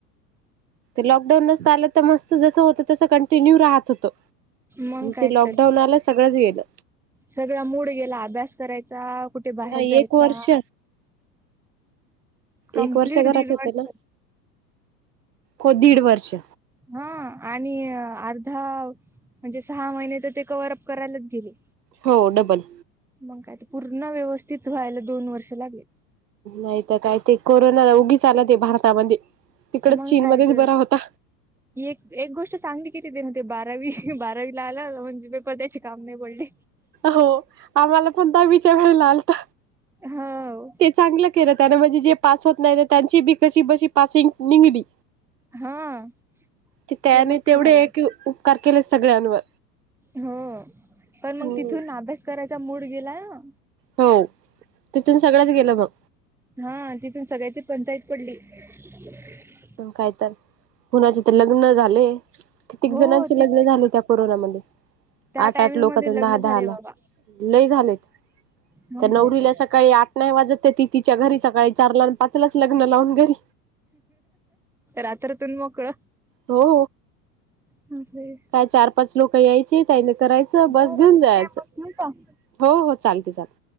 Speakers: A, on the right; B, in the centre.
A: लॉकडाऊन नसत आलं तर मस्त जसं होत तसं कन्टि न्यू राहत होत.
B: मग काय
A: ते लॉकडाऊन
B: तर
A: आल सगळंच गेलं.
B: सगळा मुड गेला. अभ्यास करायचा. कुठे बाहेर
A: ना एक
B: जायचा.
A: वर्ष
B: कम्प्लीट
A: एक वर्ष घरात
B: दीड
A: होत
B: वर्ष
A: ना. हो, दीड वर्ष
B: हा आणि अर्धा म्हणजे सहा महिने तर ते कव्हरअप करायलाच गेले.
A: हो, डबल
B: मग काय तर पूर्ण व्यवस्थित व्हायला दोन वर्ष लागले.
A: नाहीतर काय ते कोरोना उगीच आला. ते भारतामध्ये तिकडच
B: मंग
A: चीनमध्येच
B: कायच
A: बरा होता
B: एक एक गोष्ट चांगली केली देण ते बारावी बारावीला आला. म्हणजे पेपर त्याचे काम नाही पडले.
A: हो, आम्हाला पण दहावीच्या वेळेला आलता.
B: हो
A: चांगलं केलं त्याने, म्हणजे जे पास होत नाही. त्यांची बी कशी बशी पासिंग निघली.
B: हा,
A: त्याने
B: ते मस्त
A: तेवढे
B: झालं.
A: एक उपकार केले सगळ्यांवर.
B: ह, पण मग
A: हम्म.
B: तिथून अभ्यास करायचा मूड गेला ना.
A: हो तिथून सगळंच गेलं मग.
B: हा तिथून सगळ्याची पंचायत पडली. ह <unintelligible>
A: मग काय तर कुणाचे तर लग्न झाले. कित्येक
B: हो
A: जणांचे
B: ति
A: लग्न झाले. त्या कोरोनामध्ये,
B: त्या
A: आठ
B: टायमिंग
A: आठ लोक
B: मध्ये
A: दहा
B: लग्न झाले
A: दहा ला
B: बाबा
A: लय झालेत.
B: मग
A: त्या नवरीला
B: काय तर.
A: सकाळी आठ नाही वाजत ती तिच्या घरी सकाळी चार ला पाचलाच लग्न लावून घरी.
B: रात्रतून मोकळ
A: हो,
B: अ <unintelligible>
A: काय चार पाच लोक यायचे तयारी करायचं बस
B: बरं
A: घेऊन
B: ठीक
A: जायचं.
B: आहे मग ठेवू का
A: हो हो चालतय चालते.